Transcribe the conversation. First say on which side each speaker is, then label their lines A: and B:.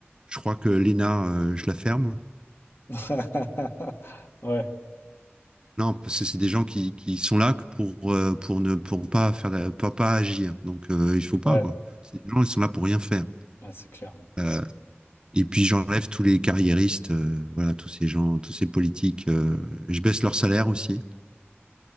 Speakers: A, on the right; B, on the left.
A: je crois que Lena, euh, je la ferme.
B: <laughs> Ouais,
A: Non, parce que c'est des gens qui, qui sont là que pour, euh, pour ne pour pas faire la- pas, pas agir. Donc, euh, il faut pas,
B: ouais,
A: quoi. C'est des gens, ils sont là pour rien faire.
B: ouais, c'est clair.
A: Euh, et puis, j'enlève tous les carriéristes, euh, voilà, tous ces gens, tous ces politiques. euh, je baisse leur salaire aussi.